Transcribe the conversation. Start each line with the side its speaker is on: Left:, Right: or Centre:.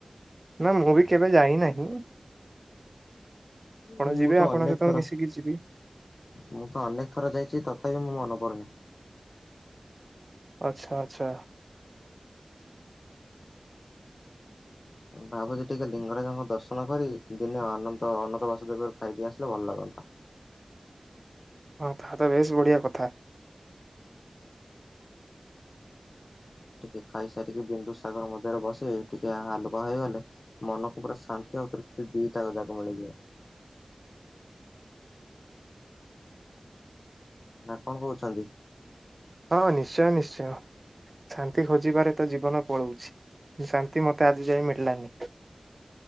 Right: ନା ମୁଁ ବି କେବେ ଯାଇ ନାହିଁ। ଆପଣ
Left: ମୁଁ
Right: ଯିବେ
Left: ତ
Right: ଆପଣଙ୍କ
Left: ଅନେକ
Right: ସହିତ
Left: ଥର
Right: ମିଶିକି ଯିବି
Left: ମୁଁ ତ ଅନେକ ଥର ଯାଇଛି ତଥା ଖାଇବାକୁ ମୁଁ ମନ କରିନି।
Right: ଆଚଛା ଆଚଛା।
Left: ଭାବୁଛି ଟିକେ ଲିଙ୍ଗରାଜଙ୍କ ଦର୍ଶନ କରି ଦିନେ ଅନନ୍ତ ଅନନ୍ତ ବାସୁଦେବ ର ଖାଇଦି ଆସିଲେ ଭଲ ଲାଗନ୍ତା।
Right: ହଁ ତାହା ତ ବେଶ ବଢିଆ କଥା।
Left: ଟିକେ ଖାଇସାରିକି ବିନ୍ଦୁ ସାଗର ମଧ୍ୟରେ ବସି ଟିକେ ହାଲୁକା ହେଇଗଲେ ମନକୁ ପୁରା ଶାନ୍ତି ଆଉ ତୃପ୍ତି ଦି ତା ଯାକ ମିଳିଯିବ। ନା କଣ କହୁଛନ୍ତି?
Right: ହଁ ନିଶ୍ଚୟ ନିଶ୍ଚୟ ଶାନ୍ତି ଖୋଜିବାରେ ତ ଜୀବନ ପଳଉଛି ଶାନ୍ତି ମତେ ଆଜି ଯାଇ ମିଳିଲାନି।